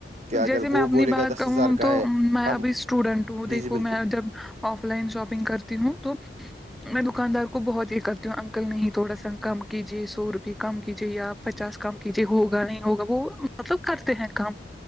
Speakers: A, on the right; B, in the centre.
A: کہ اگر
B: جیسے میں
A: وہ
B: اپنی
A: بولے
B: بات
A: گا دس
B: کہوں
A: ہزار کا
B: تو
A: ہے
B: میں
A: ہم
B: ابھی اسٹوڈینٹ ہوں
A: جی
B: دیکھو
A: جی بالکل
B: میں جب آف لائن شاپنگ کرتی ہوں تو میں دکاندار کو بہت یہ کرتی ہوں انکل نہیں تھوڑا سا کم کیجیے سو روپیئے کم کیجے آپ پچاس کم کیجے ہوگا نہیں ہوگا وہ مطلب کرتے ہیں کم